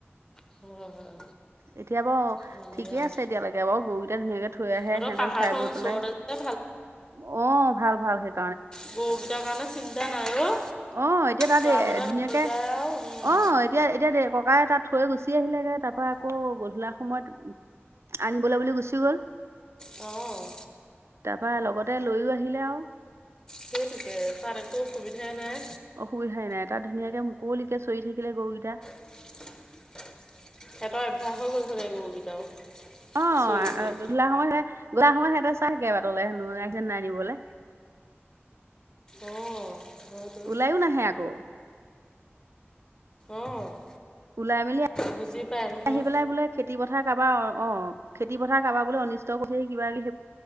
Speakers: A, on the left; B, on the right.
A: হয় হয়
B: এতিয়া বাৰু,
A: ভালেই
B: ঠিকেই
A: আৰু
B: আছে এতিয়ালেকে বাৰু, গৰুগিটা ধুনীয়াকে থৈ আহে
A: তহঁতৰ
B: সিহতেও
A: পাহাৰখন
B: খাই বৈ
A: ওচৰতে
B: পেলাই,
A: যে
B: অ', ভাল ভাল সেই
A: গৰুগিতা কাৰনে চিন্তা নাই অ'।
B: অ' এতিয়া তাতে
A: চৰাবলৈ
B: ধুনীয়াকে,
A: লৈ যায় আৰু উম,
B: অ'। এতিয়া, এতিয়া দে ককাই তাত থৈ গুচি আহিলেগে, তাৰ পা- আকৌ গধূলা সময়ত আনিবলৈ বুলি গুচি গ'ল।
A: অ'।
B: তাৰপৰা লগতে লৈয়ো আহিলে আও।
A: সেইটোকেই তাত একো অসুবিধাই নাই।
B: অসুবিধাই নাই, তাত ধুনীয়াকে মুকলিকে চৰি থাকিলে গৰুকেইটা।
A: সিহঁতৰ অভ্যাস হৈ গ'ল চাগে গৰুকেইটাও।
B: অ',
A: চৰি চৰি
B: গধূলা সময়ত সিহঁতে, গধূলা সময়ত সিহঁতে চাইথাকে বাটলে হেনো ওলাইছে নাই নিবলে।
A: অ হয়তো।
B: ওলাইও নাহে আকৌ
A: অ'
B: ওলাই মেলি
A: বুজি পায় নহয়।
B: আহি পেলাই বোলে খেতি পথাৰ কাৰবাৰ অ', খেতি পথাৰ কাৰবাৰ বোলো অনিষ্ট কৰিছেহি কিবা কি-